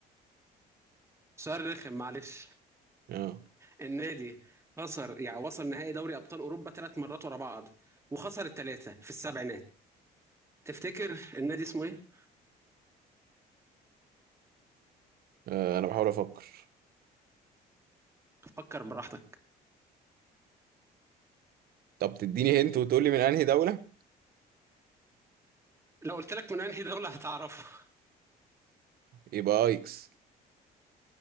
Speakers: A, on the right; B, on the right.
A: سؤال رخم معلش
B: اه
A: النادي خسر يعني وصل نهائي دوري ابطال اوروبا ثلاث مرات ورا بعض وخسر الثلاثه في السبعينات تفتكر النادي اسمه ايه
B: آه، انا بحاول افكر
A: فكر براحتك
B: طب تديني هنت وتقولي من انهي دولة
A: لو قلت لك من انهي دوله هتعرفه <laughs>
B: يبقى ايكس